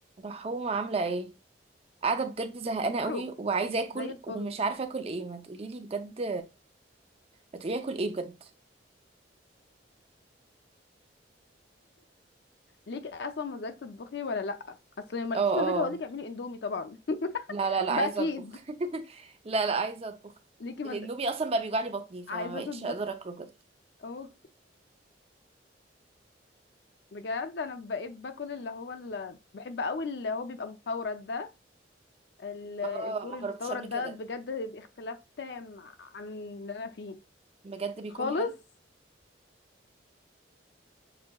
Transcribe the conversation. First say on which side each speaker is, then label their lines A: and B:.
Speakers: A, on the right; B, on the left.
A: رحومة عاملة ايه؟ قاعدة بجد زهقانة قوي
B: برو
A: وعايزة اكل
B: زي الفل
A: ومش عارفة اكل ايه ما تقوليلي بجد ما تقولي اكل ايه بجد
B: ليكي اصلا مزاج تطبخي ولا لا اصل لو مالكيش
A: اه
B: مزاج
A: اه
B: هقول لك اعملي اندومي طبعا <laughs>
A: لا لا لا
B: ده
A: عايزة
B: اكيد
A: اطبخ <laughs> لا لا عايزة اطبخ
B: ليكي مزاج
A: الاندومي اصلا بقى بيوجعلي بطني فما
B: عايزه تطبخي
A: بقتش اقدر اكله بجد
B: اوه بجد انا بقيت باكل اللي هو اللي بحب قوي اللي هو بيبقى مستورد ده ال- الكوري
A: اه ما جربتش
B: المستورد
A: قبل كده
B: ده بجد اختلاف تام عن اللي انا فيه
A: بجد بيكون
B: خالص
A: حلو